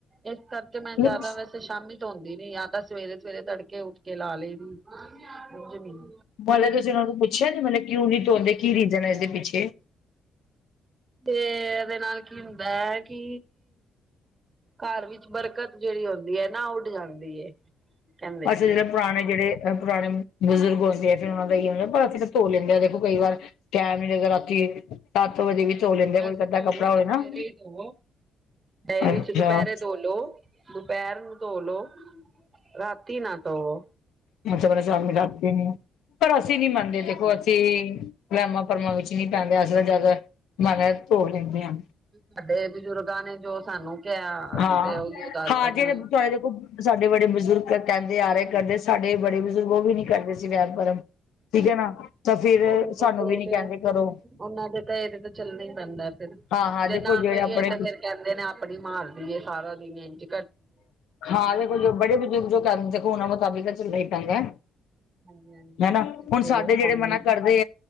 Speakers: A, on the right (about 30°); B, on the left (about 85°).
A: ਇਸ ਕਰਕੇ ਮੈਂ ਜ਼ਿਆਦਾ
B: ਮਤਲਬ
A: ਵੈਸੇ ਤੇ ਸ਼ਾਮੀ ਧੌੰਦੀ ਨੀ। ਯਾਂ ਤਾਂ ਸਵੇਰੇ-ਸਵੇਰੇ ਤੜਕੇ ਉੱਠ ਕੇ ਲਾ ਲਇ ਦੀ। ਜ਼ਮੀਨ
B: ਮਤਲਬ ਤੁਸੀਂ ਉ ਨੂ ਪੁੱਛਿਆ ਨਇ। ਮਤਲਬ ਕਿਉਂ ਨੀ ਧੋਂਂਦੇ? ਕੀ ਰੀਜ਼ਨ ਹੈ ਇਸਦੇ ਪਿੱਛੇ
A: ਤੇ ਇਹਦੇ ਨਾਲ ਕੀ ਹੁੰਦਾ ਹੈ ਕੀ ਘਰ ਵਿੱਚ ਬਰਕਤ ਜਿਹੜੀ ਹੁੰਦੀ ਹੈ ਨਾ। ਉੱਡ ਜਾਂਦੀ ਏ ਕਹਿੰਦੇ
B: ਅੱਛਾ
A: ਨੇ।
B: ਜਿਹੜੇ ਪੁਰਾਣੇ ਜਿਹੜੇ ਅ ਪੁਰਾਣੇ, ਬਜ਼ੁਰਗ ਹੁੰਦੇ ਆ ਫੇਰ ਉਹਨਾਂ ਦਾ ਹੀ ਹੈ ਨਾ ਪਰ ਫਿਰ ਧੋ ਲੈਂਦੇ ਆ ਦੇਖੋ ਕਈ ਵਾਰ, ਟੈਮ ਨੀ ਲਗਦਾ ਰਾਤੀ ਸੱਤ ਵਜੇ
A: ਨਹੀਂ-ਨਹੀਂ
B: ਵੀ ਧੋ ਲੈਂਦੇ
A: ਵੈਸੇ
B: ਕੋਈ ਅੱਧਾ
A: ਤਾਂ
B: ਕੱਪੜਾ
A: ਹੋਵੋ
B: ਹੋਵੇ
A: ਤਾਂ
B: ਨਾ
A: ਸਵੇੇਰੇ ਹੀ ਦਵੋ ਇਹ
B: ਅੱਛਾ
A: ਵਿੱਚ ਦੁਪਹਿਰੇ ਧੌਲੋ ਦੁਪਹਿਰ ਨੂੰ ਧੋਲੋ। ਰਾਤੀ ਨਾ ਧੋਵੋ
B: ਮੈ ਸਵੇਰੇ, ਸ਼ਾਮੀ, ਰਾਤੀ ਨੁ, ਪਰ ਅਸੀਂ ਨੀ ਮੰਨਦੇ ਦੇਖੋ ਅਸੀਂ ਵੈਮਾਂ, ਭਰਮਾਂ ਵਿੱਚ ਨਹੀਂ ਪੈਂਦੇ ਅਸੀਂ ਤਾਂ ਜ਼ਿਆਦਾ ਧੋ ਲੈਂਦੇ ਹਾਂ
A: ਸਾਡੇ ਬਜ਼ੁਰਗਾਂ ਨੇ ਜੋ ਸਾਨੂੰ ਕਿਹਾ, ਅਸੀਂ
B: ਹਾਂ
A: ਤੇ ਉਹ ਦੱਸ
B: ਹਾਂ
A: ਸਕਦੇ ਹ
B: <inaudible> ਸਾਡੇ ਬੜੇ ਬਜ਼ੁਰਗ ਕਹਿੰਦੇ ਆ ਰਹੇ ਕਰਦੇ ਸਾਡੇ ਬੜੇ ਬਜ਼ੁਰਗ ਉਹ ਵੀ ਨੀ ਕਰਦੇ ਸੀ ਵਹਿਮ ਭਰਮ ਠੀਕ ਹੈ ਨਾ ਤਾਂ ਫਿਰ
A: ਉਹਨਾਂ
B: ਸਾਨੂੰ ਵੀ ਨੀ ਕਹਿੰਦੇ ਕਰੋ
A: ਦੇ ਤਾਂ ਇਹਦੇ ਤਾਂ ਚੱਲਣਾ ਹੀ ਪੈਂਦਾ ਫਿਰ
B: ਹਾਂ ਹਾਂ
A: ਜੇ
B: ਦੇਖੋ
A: ਨਾ
B: ਜਿਹੜੇ
A: ਕਹੀਏ
B: ਆਪਣੇ
A: ਤੇ ਫੇਰ ਕਹਿੰਦੇ ਨੇ ਆਪਣੀ ਮਾਰਦੀ ਏ ਸਾਰਾ ਦਿਨ ਇੰ ਜ
B: ਹਾਂ ਦੇਖੋ ਜੋ ਬੜੇ ਬਜ਼ੁਰਗ ਜੋ ਕੇੰਹਦੇ ਦੇਖੋ ਉਹਨਾਂ ਮੁਤਾਬਿਕ ਚੱਲਣਾ ਹੀ ਪੈਂਦਾ
A: ਹਾਂਜੀ ਹਾਂਜੀ
B: ਹਨਾ।
A: ਬਿਲਕੁਲ
B: ਹੁਣ ਸਾਡੇ ਜਿਹੜੇ
A: ਹਾਂਜੀ।
B: ਮਨਾ ਕਰਦੇ